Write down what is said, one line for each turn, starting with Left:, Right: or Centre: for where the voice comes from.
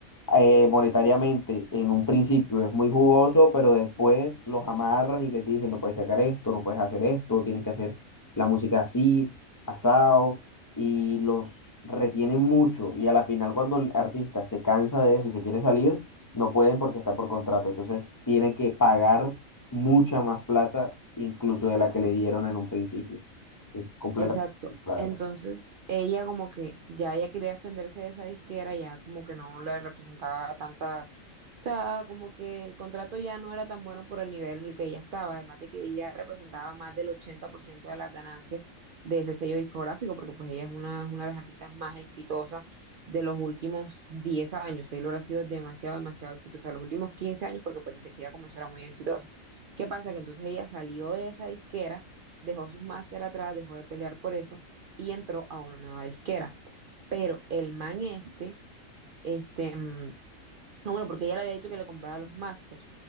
Left: eh, monetariamente en un principio es muy jugoso, pero después los amarran y les dicen, no puedes sacar esto, no puedes hacer esto, tienes que hacer la música así, asado, y los retienen mucho. Y a la final, cuando el artista se cansa de eso y se quiere salir, no pueden porque está por contrato. Entonces, tiene que pagar mucha más plata, incluso de la que le dieron en un principio. Es completamente,
Right: Exacto.
Left: la verdad.
Right: Entonces, ella como que ya ella quería desprenderse de esa disquera, ya como que no le representaba tanta, o sea, como que el contrato ya no era tan bueno por el nivel en el que ella estaba, además de que ella representaba más del 80% de las ganancias de ese sello discográfico, porque pues ella es una, es una de las artistas más exitosas de los últimos 10 años. Taylor ha sido demasiado, demasiado exitosa, los últimos 15 años, porque pues desde que ella comenzó era muy exitosa. ¿Qué pasa? Que entonces ella salió de esa disquera dejó sus máster atrás, dejó de pelear por eso y entró a una nueva disquera. Pero el man este, este, mm, no, bueno, porque ella le había dicho que le compraba los masters,